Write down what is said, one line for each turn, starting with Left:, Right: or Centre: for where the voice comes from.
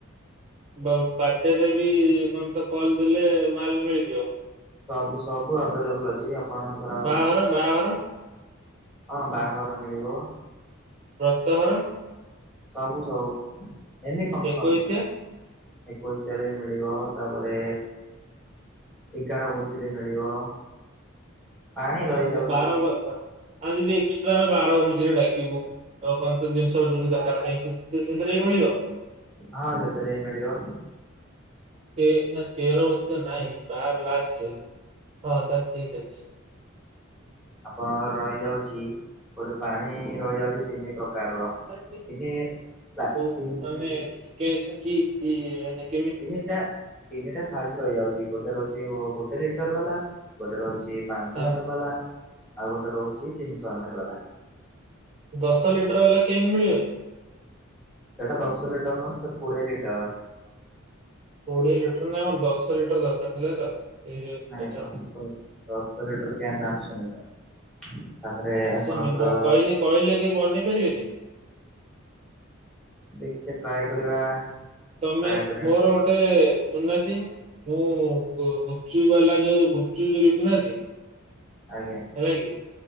Right: ବାଉ ବଡେରେବି କଣ ତ କହିଦେଲେ ମାଲ ମିଳିଯିବ?
Centre: ସବୁ ସବୁ ଆଭେଲେବୁଲୁ ଅଛି ଆପଣଙ୍କର
Right: ବାହାଘର ବାହାଘର
Centre: ହଁ ବାହାଘର ମିଳିବ।
Right: ବ୍ରତ ଘର?
Centre: ସବୁ ସବୁ ଏନି ଫଙ୍କସନ୍।
Right: ଏକୋଇଶିଆ
Centre: ଏକୋଇଶାରେମିଳିବ ତାପରେ ଏଗାର ଭୋଜିରେ ମିଳିବ। ପାଣି ରହିଯାଉଛି
Right: ଆଉ ବାର ବା ଆ ଯଦି ଏକ୍ସଟ୍ରା ବାର ଭୋଜିରେ ଡାକିବୁ। ଆଉ କଣ ତୋ ଜିନିଷପତ୍ର ଦରକାର ପାଇଁ ସେଥିରେ ବି ମିଳିବ।
Centre: ହଁ ସେଥିରେବି ମିଳିବ।
Right: ତେ ନା ତେର ଭୋଜି ତ ନାଇଁ ବାର ଲାଷ୍ଟରେ ହଁ ତାହେଲେ ଠିକି ଅଛି।
Centre: ଆପଣଙ୍କ ରହିଯାଉଚି ଗୋଟେ ପାଣି ରହିଯାଉଚି ତିନି ପ୍ରକାରର
Right: ଅଛି।
Centre: ତିନି ତିନି
Right: କୋଉ ମାନେ କେ କି କିଏ
Centre: ତିନିଟା ତିନିଟା ସାଇଜ ରହିଯାଉଛି ଗୋଟେ ରହୁଛି ଗୋଟେ ଲିଟର ବାଲା ଗୋଟେ ରହୁଛି ପାଞ୍ଚଶହ
Right: ହଁ
Centre: ଏମଏଲ ବାଲା ଆଉ ଗୋଟେ ରହୁଛି ତିନିଶହ ଏମଏଲ ବାଲା।
Right: ଦଶ ଲିଟର ହେଲା କେନ୍ ମିଳିବନି।
Centre: ସେଇଟା ଦଶ ଲିଟର ନୁହଁ ସେଟା କୋଡିଏ ଲିଟର।
Right: କୋଡିଏ ଲିଟର ନାଇଁ ମୋର ଦଶ ଲିଟର ଦରକାର ଥିଲା ତ। ସେଇ
Centre: ନାଇଁ
Right: ପଚାରୁଥିଲି।
Centre: ଦଶ ଦଶ ଲିଟର କେନ୍ ଆସୁନି ତ। ତାପରେ
Right: ଆସୁନି
Centre: ଆପଣଙ୍କର
Right: ବ କହିଲେ କହିଲେ କେହି ବନେଇ ପାରିବେନି।
Centre: ଦେଖେ ଟ୍ରାଏ କରିବା।
Right: ତମେ
Centre: ଟ୍ରାଏ କରିବା
Right: ମୋର ଗୋଟେ ଶୁଣୁନାହାନ୍ତି ମୁଁ ଗୁପଚୁପ ବାଲା ଯୋଉ ଗୁପଚୁପ ଯୋଉ ବିକୁନାହାନ୍ତି?
Centre: ଆଜ୍ଞା।
Right: ହେଲା କିି